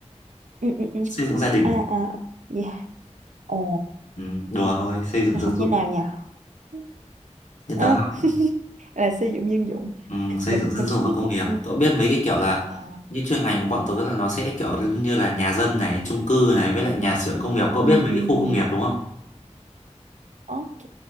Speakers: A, on the right (about 85°); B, on the left (about 85°).
A: ừ, ừ, ừ.
B: xây dựng gia đình.
A: à à dạ ồ
B: Ừ, đùa thôi, xây dựng
A: cậu
B: dân
A: học
B: dụng.
A: như nào nhỉ <laughs>
B: Nhưng
A: à,
B: tớ học
A: là sử dụng dân dụng
B: Ừ, xây
A: mình
B: dựng dân
A: mình
B: dụng
A: không
B: và
A: biết
B: công
A: mà.
B: nghiệp
A: Ừ,
B: cậu biết mấy cái kiểu là
A: à,
B: như chuyên ngành của bọn tớ là nó sẽ kiểu như là nhà dân này chung cư này với lại nhà xưởng công nghiệp cậu
A: ừ.
B: biết mấy cái khu công nghiệp đúng không
A: Ok,